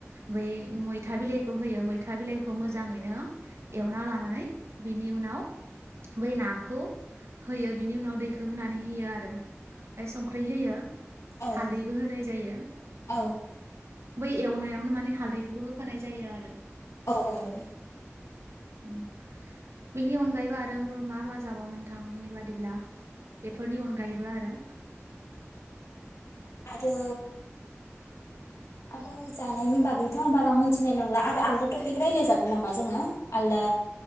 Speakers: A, on the right (about 70°); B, on the left (about 85°).
A: बै मैथा बिलाइखौ होयो मैथा बिलाइखौ मोजांङैनो एवना लानानै बेनि उनाव बै नाखौ होयो बेनि उनाव दैखौ होनानै होयो आरो। फाय संख्रि होयो
B: औ
A: हालदैबो होनाय जायो।
B: औ
A: बै एवनायावनो माने हालदैखौबो होफानाय जायो आरो।
B: औ औ
A: उम बैनि अनगायैबो आरो मा मा जागाव नोंथांनि बादिब्ला? बेफोरनि अनगायैबो आरो?
B: आरो आरो जानायनि बागैथ' आं बारा मोनथिनाय नंला आरो आलदा टपिक रायज्लाय जागोन नामा जोंङो? आलदा